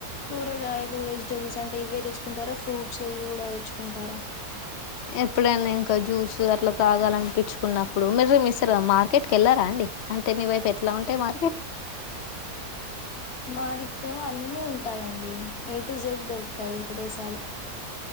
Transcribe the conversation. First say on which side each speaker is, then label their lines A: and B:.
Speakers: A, on the left (about 70°); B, on the left (about 55°).
A: కూరగాయలు వెజిటేబుల్స్ అంటే ఇవే దెచ్చుకుంటరా ఫ్రూట్స్ ఇవి గూడా తెచ్చుకుంటారా
B: ఎప్పుడన్నా ఇంకా జ్యూస్ అట్లా తాగాలన్పిచ్చుకున్నప్పుడు మీరు మిస్సర మార్కెట్కెళ్లరాండి అంటే మీ వైపు ఎట్లా ఉంటయి మార్కె
A: మనదిక్కు అన్నీ ఉంటాయండి ఏ టు జెడ్ దొరుక్తాయి ఒకటేసారి